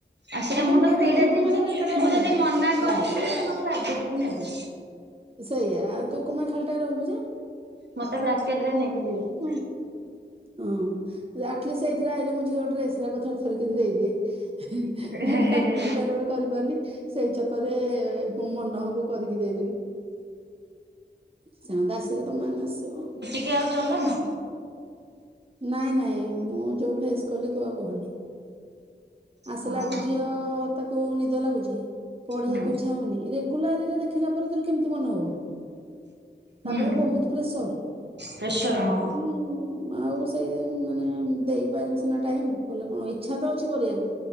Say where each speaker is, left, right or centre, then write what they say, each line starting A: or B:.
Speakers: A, on the right; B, on the right.
A: ଆ ସେ
B: କହ-
A: ମୁଁ ତ
B: କହିବା
A: ଫ୍ରିରେ
B: କଥା, ତୁ କଣ
A: ଯିବି
B: ପାଇଁ ଘରେ ଏକାଟିଆ
A: ମୁଁ
B: ରହିବୁ
A: ଯଦି ମନା କରିବି
B: ବାସ୍
A: ବି ସେ ମତେ ବାଧ୍ୟ ହେଇକି ନେବେ।
B: ସେଇଆ ଆଉ ତୁ କଣ ପାଇଁ ଖାଲିଟାରେ ରହିବୁ ଯେ
A: ମତେ ବ୍ରାକେଟ ରେ ନେଇକି ଯିବେ।
B: <unintelligible> ହଁ ଆଟଲିଷ୍ଟ ସେଇଥିରେ ଅଇଲେ ମୋ ଝିଅ ଡ୍ରେସ୍ ଗୁରାକ ଥର ଥରକିରି ଦେଇଦିଏ। ଖାଲି
A: ହେ ହେ
B: କାଟିଛି
A: ହେ।
B: ତାର ଗୋଟେ କରିପାରୁନି ସେଇ ଚକ୍କର୍ ରେ ମନ ହବ କରିକି ଦେଇଦେବି। ସେମାନେ ତ ଆସିଲେ ତମ ମାନେ ଆସିବ ଆଉ।
A: ଦେ ଆଉ ଚଲଉନ?
B: ନାଇଁ ନାଇଁ ମୁଁ ଯୋଉଠୁ ଫେସ୍ କଲି ତୁ ଆଉ କହନି ଆସିଲାକୁ
A: ହଁ।
B: ଝିଅ ତାକୁ ନିଦ ଲାଗୁଛି ପଢ଼ିବାକୁ
A: ହୁଁ
B: ଇଚ୍ଛା ହଉନି ରେଗୁଲାର ଏରେ ଦେଖିଲା ପରେ ତୋର କେମିତି ମନ ହବ? ତାପରେ
A: ହୁଁ
B: ବହୁତ ପ୍ରେସର
A: ପ୍ରେସର ହଁ।
B: ଉ ଆଉ ସେଇ ମାନେ ଦେଇପାଇଲେ ସିନା ଟାଇମ୍ କଲେ କଣ ଇଛା ତ ଅଛି କରିବାକୁ।